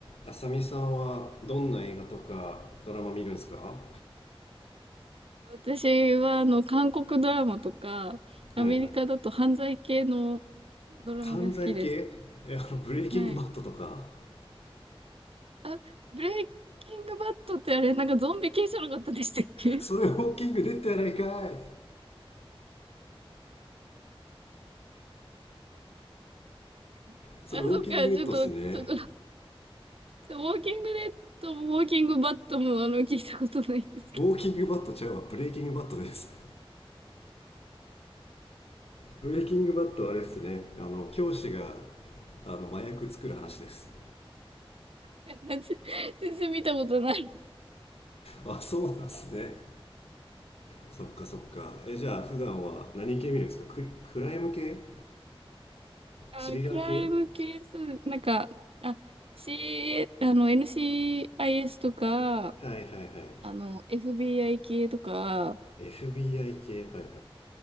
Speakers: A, on the left (about 80°); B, on the right (about 70°).
A: あさみさんはどんな映画とかドラマ見るんですかは
B: 私は、あの、韓国ドラマとか、アメリカだと犯罪系の
A: いはい
B: ドラマが好きです。
A: 犯罪系えあのブレイキングバットとか
B: はい。あ、ブレイキングバットってあれ、なんかゾンビ系じゃなかったでしたっけ
A: それウォーキングデッドやないかい
B: <laughs>
A: それウォーキングデッドっすね
B: あ、そっか、ちょっと、ちょっと、ウォーキングデッドもウォーキングバットも、あの、聞いたことないんですけど、
A: ウォーキングバットちゃうわブレイキングバットですブレイキングバットはあれっすねあの教師があの麻薬作る話です
B: <laughs> 私全然見たことない。
A: あそうなんすねそっかそっかえじゃあ普段は何系見るんですかククライム系
B: あ、
A: スリラー系
B: クライムケース、なんか、あ、C、あの、NCIS とか、
A: はいはいはい
B: あの、FBI 系とか、
A: FBI 系はいはい